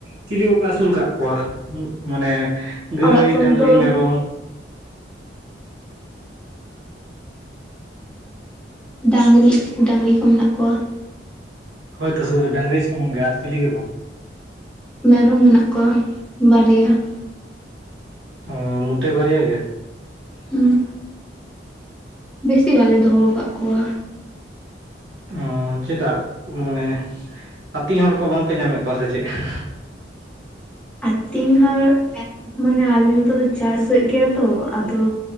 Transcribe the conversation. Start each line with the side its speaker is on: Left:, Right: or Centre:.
Right: ᱪᱤᱞᱤ ᱠᱚᱯᱮ ᱟᱹᱥᱩᱞ ᱟᱠᱟᱫ ᱠᱚᱣᱟ ᱢᱟᱱᱮ ᱜᱟᱹᱭ,
Centre: ᱚᱲᱟᱜ ᱠᱚᱨᱮ
Right: ᱰᱟᱝᱨᱤ,
Centre: ᱫᱚ
Right: ᱢᱮᱨᱚᱢ?
Centre: ᱰᱟᱝᱨᱤ ᱰᱟᱝᱨᱤ ᱠᱚ ᱢᱮᱱᱟᱜ ᱠᱚᱣᱟ᱾
Right: ᱦᱳᱭ ᱛᱚ ᱥᱩᱫᱩ ᱰᱟᱝᱨᱤ ᱥᱩᱢᱩᱝ ᱜᱮ ᱟᱨ ᱪᱤᱞᱤ ᱜᱮ ᱵᱟᱝ?
Centre: ᱢᱮᱨᱚᱢ ᱢᱮᱱᱟᱜ ᱠᱚᱣᱟ ᱵᱟᱨᱭᱟ ᱾
Right: ᱚᱻ ᱢᱳᱴᱮ ᱵᱟᱨᱭᱟ ᱜᱮ?
Centre: ᱦᱩᱸ ᱵᱮᱥᱤ ᱵᱟᱞᱮ ᱫᱚᱦᱚᱠᱟᱜ ᱠᱚᱣᱟ᱾
Right: ᱩᱸᱻ ᱪᱮᱫᱟᱜ ᱢᱟᱱᱮ ᱟᱹᱛᱤᱧ ᱦᱚᱲ ᱠᱚ ᱵᱟᱝᱯᱮ ᱧᱟᱢᱮᱫ ᱠᱚᱣᱟ ᱥᱮ ᱪᱮᱫ? <inaudible>
Centre: ᱟᱹᱛᱤᱧ ᱦᱚᱲ ᱢᱟᱱᱮ ᱟᱞᱮ ᱱᱚᱛᱮ ᱫᱚ ᱪᱟᱥ ᱦᱩᱭᱩᱜ ᱜᱮᱭᱟ ᱛᱚ ᱟᱫᱚ,